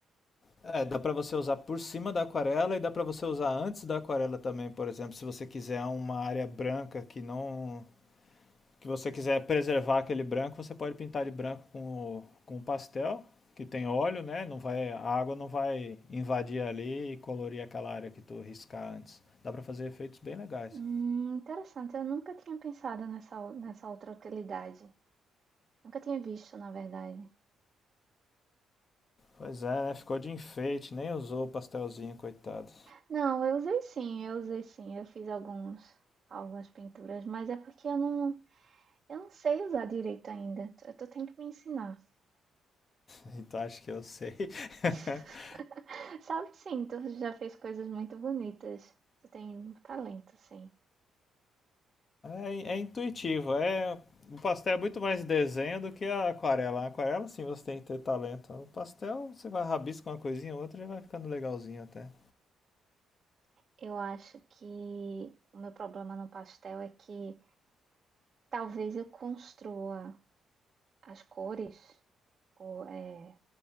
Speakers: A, on the left (about 45°); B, on the right (about 40°).
A: É, dá para você usar por cima da aquarela e dá para você usar antes da aquarela também, por exemplo, se você quiser uma área branca que não que você quiser preservar aquele branco, você pode pintar ele branco com, com pastel, que tem óleo, né? Não vai, a água não vai invadir ali e colorir aquela área que tu riscar antes. Dá pra fazer efeitos bem legais.
B: Hum, interessante, eu nunca tinha pensado nessa, nessa outra utilidade. Nunca tinha visto, na verdade.
A: Pois é, né? Ficou de enfeite, nem usou o pastelzinho, coitado.
B: Não, eu usei sim, eu usei sim, eu fiz alguns, algumas pinturas, mas é porque eu não, eu não sei usar direito ainda. Tu, tu tem que me ensinar.
A: <laughs> Então acho que eu sei.
B: <laughs>
A: <laughs>
B: Sabe sim, tu já fez coisas muito bonitas. Tu tem talento, sim.
A: É, é intuitivo, é... O pastel é muito mais desenho do que a aquarela. A aquarela, sim, você tem que ter talento. O pastel, você vai rabiscar uma coisinha ou outra e vai ficando legalzinho até.
B: Eu acho que o meu problema no pastel é que talvez eu construa as cores, ou, é,